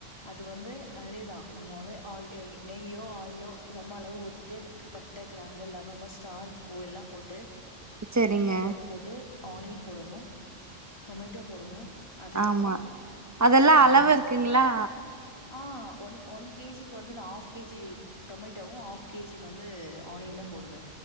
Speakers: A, on the left; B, on the right.
A: அது வந்து, அதேதா நம்ம வந்து <unintelligible> நெய்யோ ஆயிலோ சம அளவு ஊத்திட்டு, பட்டை, கிராம்பு, லவங்கம், ஸ்டார் பூ, எல்லாம் போட்டு
B: செரிங்க
A: பிரியாணி எல போட்டு ஆனியன் போடணும். டொமேட்டோ போடணும். அதுக்கப்புறம்
B: ஆமா அதெல்லா
A: நா
B: அளவு இருக்குங்ளா?
A: ஆ ஒன் ஒன் கே ஜி க்கு வந்து நான் ஆஃப் கே ஜி டொமேட்டோவு ஆஃப் கே ஜி வந்து ஆனியனு போடுவே